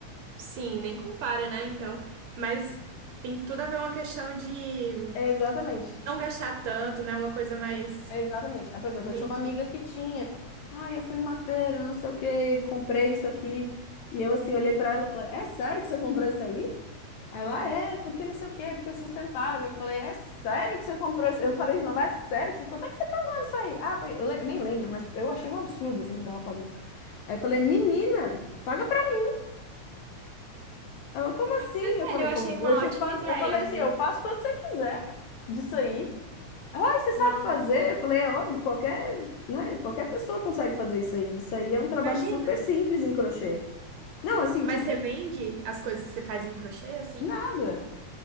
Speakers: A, on the right; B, on the left.
A: Sim, nem compara, né? Então, mas tem tudo a ver uma questão de
B: É, Exatamente,
A: não gastar tanto, né? Uma coisa mais.
B: é exatamente. Ah, por exemplo,
A: Entendi.
B: eu tinha uma amiga que tinha. Ah, eu fui numa feira, não sei o que, comprei isso aqui. E eu assim, olhei pra ela e falei, é sério que você comprou isso aí? Aí ela, é, porque não sei o quê, porque é sustentável. Eu falei, é sério que você comprou isso? Eu falei de novo, é sério que você... Quanto é que você pagou nisso aí? Ah, paguei- eu, le- eu nem lembro, mas eu achei um absurdo, assim, quanto ela pagou. Aí eu falei, menina, paga pra mim. Ela, como assim?
A: Mas
B: Eu
A: olha,
B: falei,
A: eu achei
B: como?
A: uma
B: Eu te
A: ótima
B: faço...
A: ideia,
B: Eu falei
A: viu?
B: assim, eu faço quando você quiser disso aí. Ela, ai, você
A: Não,
B: sabe fazer? Eu falei, é óbvio, qualquer, né, qualquer pessoa consegue fazer isso aí. Isso aí é um trabalho
A: imagina.
B: super simples em crochê. Não, assim,
A: Mas
B: tipo,
A: você vende as coisas que você faz em crochê, assim?
B: nada.